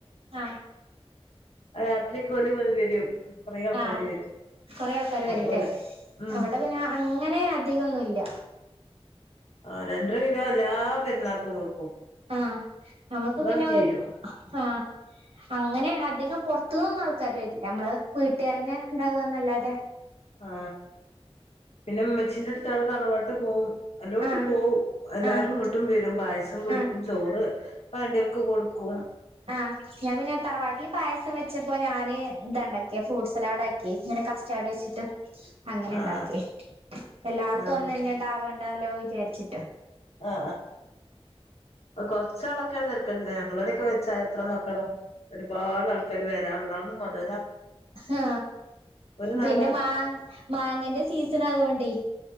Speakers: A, on the right; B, on the left.
A: ആ
B: രാത്രിക്ക് <unintelligible>
A: ആ
B: വരും
A: കൊറേ ആൾക്കാര് വെരുല്ലേ
B: ഓല് ഉം
A: വിടെ പിന്നെ അങ്ങനെ അധികൊന്നുംല്ല
B: ആ രണ്ടര കിലോ അല്ലാ പെരുന്നാക്കും വെക്കും
A: ആ നമുക്ക്
B: അതങ്ങട്
A: പിന്നെ ഒ
B: തീരും
A: ആ അങ്ങനെ അധി പൊത്തൊന്നു ആൾക്കാര് വരില്ല നമ്മള് വീട്ടുകാരനെ ഇണ്ടാവുകന്നല്ലാതെ
B: ആ പിന്നെമ്മച്ചിന്റെ അടുത്ത്ടു ത അറവാട്ട് പോവും എല്ലോടത്ത
A: ആഹ്
B: പോവും എല്ലാരും
A: ആഹ്
B: ഇങ്ങോട്ടും വരും പായസം കുടിക്കും
A: ആഹ്
B: ചോറ് പണ്ടൾക്ക് കൊടുക്കും
A: ആ ഞാൻ പിന്നെ തറവാട്ടിൽ പായസം വെച്ചപ്പോ ഞാന് ഇത ഒണ്ടാക്കിയ ഫ്രൂട്ട്സ് സ്ലാഡ ആക്കിങ്ങനെ കഷ്ടട് വെച്ചിട്ട് അങ്ങനെ
B: ആഹ്
A: ഇണ്ടാക്കി എല്ലായിടത്തും
B: ആഹ്
A: ഒന്നന്നെ ഉണ്ടാവണ്ടല്ലോ വിചാരിച്ചിട്ട്
B: ആ ആ കൊറച്ചാളൊക്കെയാണ് തരക്കേട് ഇല്ല ഞങ്ങളോടെൊക്കെ ചരിത്രമാക്കണം ഒരുപാട് ആൾക്കാര് വരാനുള്ളാണ് മത
A: ആ
B: ഒരു നട
A: പിന്നെ മാ മാങ്ങന്റെ സീസൺ ആകോണ്ടേ